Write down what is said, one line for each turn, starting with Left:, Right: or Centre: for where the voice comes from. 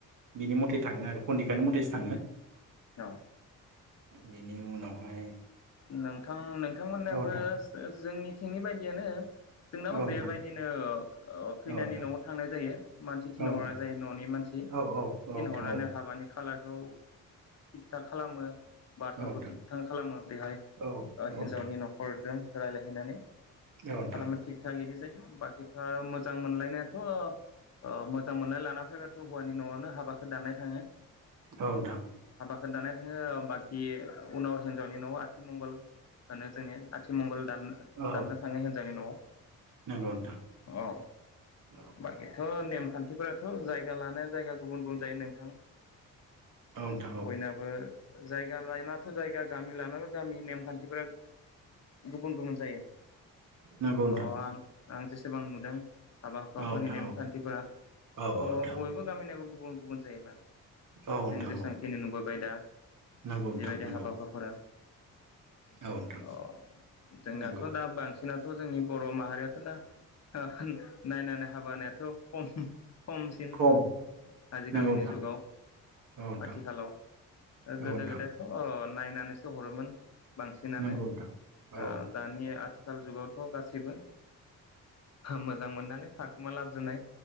Right: बिनि मथे थाङो आरो। फन्दिखानि मथे थाङो।
Left: अ
Right: बिनि उनावहाय
Left: नोंथां नोंथांमोननाबो
Right: औ नोंथां
Left: जोंनि थिंनि बायदियानो जोंनाबो
Right: औ नोंथां
Left: बेबायदिनो ओ खैनानि
Right: औ नोंथां
Left: नआव थांनाय जायो मानसि थिनहरनाय
Right: औ नोंथां
Left: जायो ननि मानसि
Right: औ औ
Left: थिनहरनानै
Right: औ नोंथां औ
Left: हाबानि खालारखौ थिग थाक खालामो। बारफोर
Right: नोंथां
Left: खौ थिग थाग खालामो बेहाय
Right: औ औ
Left: हिन्जावनि
Right: नोंथां
Left: नखरजों। रायलाय हैनानै।
Right: औ नोंथां
Left: खालामना थिक थाक इदि जायो। बाखिथ आरो मोजां मोनलायनायाथ मोजां मोननाय लाना फैबाथ हौवानि नआवनो हाबाखौ दाननाय थाङो।
Right: औ नोंथां।
Left: खो दानना थाङो बाखि। उनाव हिनजावनि नआव आथिमंगल होनो जोंनिया आथिमंगल। दाननो
Right: औ
Left: दाननो थाङो हिनजावनि नआव।
Right: नंगौ नोंथां
Left: अ
Right: औ
Left: बाखिथ नेमखान्थि फोराथ जायगा लानाया जायगा गुबुन गुबुन जायो नोंथां
Right: नोंथां औ
Left: बयनाबो जायगा लायना जायगा गामि लाना गामिनि नेमखान्थिफोरा गुबुन गुबुन जायो।
Right: नंगौ नोंथां
Left: अ आं आं जेसे एबां नुदों हाबा हुखाफोरनि
Right: औ नोंथां
Left: नेमखान्थिफोरा
Right: औ औ
Left: ब-बयबो
Right: औ नोंथां
Left: गामिनियाबो गुबुन गुबुन जायो माने
Right: औ नोंथां
Left: जों जेसांखिनि
Right: औ
Left: नुबोबाय दा
Right: नंगौ नोंथां
Left: जिबायदि
Right: नंगौ
Left: हाबा दा
Right: औ नोंथां
Left: अ जोंनाथ'
Right: नंगौ
Left: दा बांसिन जोंनाथ' जोंनि बर' माहारियाथ' दा ओ नायनानै हाबाहोनायाथ' खम खमसिन
Right: खम
Left: आजिखालिनि
Right: नंगौ नोंथां
Left: जुगाव
Right: औ नोंथां
Left: आथिखालाव
Right: औ
Left: गोदो
Right: नोंथां
Left: गोदायथ' नायनानैसो हरोमोन बांसिनानो
Right: नंगौ नोंथां
Left: दा
Right: औ
Left: दानिया आथिखाल जुगावथ' गासैबो मोजां मोननानै खारखुमा लांजोबनाय